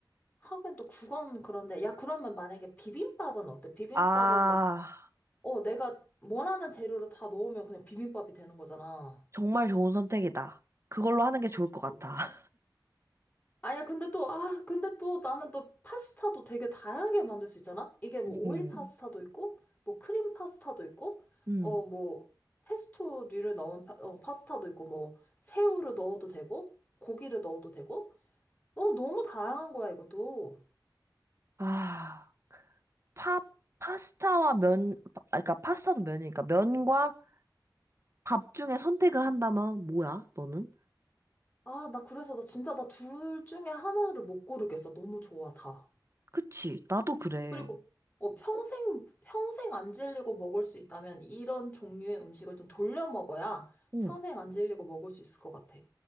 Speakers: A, on the left; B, on the right.
A: 하긴 또 국은 그런데, 야, 그러면 만약에 비빔밥은 어때? 비빔밥은
B: 아,
A: 어, 내가 원하는 재료를 다 넣으면 그냥 비빔밥이 되는 거잖아.
B: 정말 좋은 선택이다. 그걸로 하는 게 좋을 것 같아.
A: 그 아야, 근데 또, 아, 근데 또 나는 또 파스타도 되게 다양하게 만들 수 있잖아? 이게 뭐
B: <laughs>
A: 오일
B: 음,
A: 파스타도 있고, 뭐 크림 파스타도 있고,
B: 음.
A: 어, 뭐, 페스토류를 넣은 파, 어, 파스타도 있고, 뭐, 새우를 넣어도 되고, 고기를 넣어도 되고, 어, 너무 다양한 거야, 이것도.
B: 아. 파, 파스타와 면, 파- 아, 그러니까 파스타도 면이니까 면과 밥 중에 선택을 한다면 뭐야, 너는?
A: 아, 나 그래서 나 진짜 나 둘 중에 하나를 못 고르겠어. 너무 좋아, 다.
B: 그치, 나도 그래.
A: 그리고 어, 평생, 평생 안 질리고 먹을 수 있다면 이런 종류의 음식을 좀 돌려 먹어야
B: 응.
A: 평생 안 질리고 먹을 수 있을 것 같아.